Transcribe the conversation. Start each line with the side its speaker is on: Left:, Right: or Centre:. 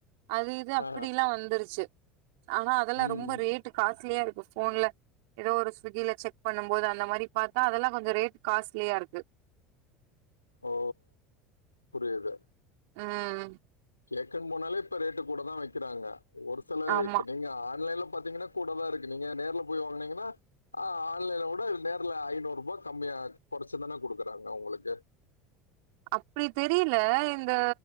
Right: அது இது அப்படிலாம்
Left: ஆ
Right: வந்துருச்சு ஆனா அதெல்லாம்
Left: ம்
Right: ரொம்ப
Left: ம்
Right: ரேட்டு காஸ்ட்லியா இருக்கு போன்ல ஏதோ ஒரு ஸ்விக்கில செக் பண்ணும் போது அந்த மாதிரி பார்த்தா அதெல்லாம் கொஞ்சம் ரேட் காஸ்ட்லியா இருக்கு
Left: ஓ புரியுது
Right: ம்
Left: கேக்கு போனாலே இப்ப ரேட்டு கூட தான் வைக்கிறாங்க ஒரு சில
Right: ஆமா
Left: இப்ப நீங்க ஆன்லைன்ல பாத்தீங்கன்னா கூடதான் இருக்கு நீங்க நேரல போய் வாங்கனீங்கன்னா ஆன்லைன் கூட நேரில் ஐநூறு ரூபா கம்மிய <unintelligible> குறைச்சுதானே குடுக்குறாங்க உங்களுக்கு
Right: அப்டி தெரியல இந்த